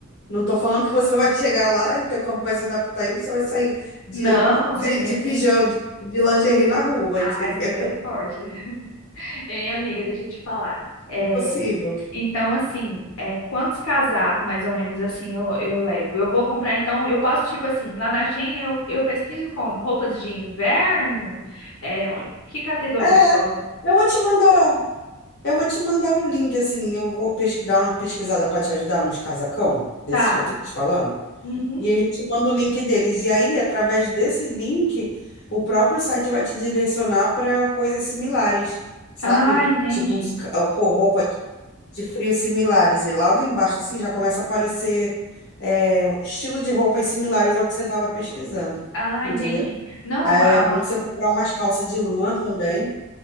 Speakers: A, on the left; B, on the left.
A: Não estou falando que você <laughs> vai chegar lá e o teu corpo vai se adaptar e você vai sair de,
B: Não, com certeza.
A: de, de pijama, de, de lingerie na rua,
B: Ai,
A: <laughs> entendeu?
B: misericórdia. Ei, amiga, deixa eu te falar. É,
A: Impossível.
B: então, assim, é, quantos casacos, mais ou menos assim, eu, eu levo? Eu vou comprar, então, eu posso, tipo assim, lá na Shein eu, eu pesquiso como roupas de inverno, é, on- que categoria
A: É,
B: que eu olho?
A: eu vou te mandar, eu vou te mandar um link, assim, eu vou pesqui- dar uma pesquisada para te ajudar nos casacão, desses
B: Tá.
A: que eu tô te falando.
B: Uhum.
A: E aí eu te mando o link deles. E aí, através desse link, o próprio site vai te direcionar para coisas similares, sabe?
B: Ah, entendi.
A: Tipo, roupa de frios similares. E logo embaixo, assim, já começa a aparecer é, estilo de roupas similares ao que você estava pesquisando,
B: Ah,
A: entendeu?
B: entendi. Não,
A: Aí
B: ah,
A: é bom você comprar umas calças de lã também.